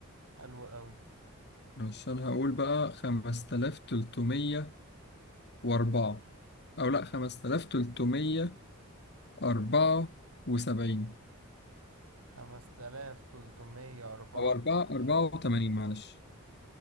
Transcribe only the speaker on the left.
ماشي انا هقول بقى خمسة آلاف تلتمية واربعة او لا خمسة آلاف تلتمية اربعة وسبعين
او
اربعة اربعة وتمانين معلش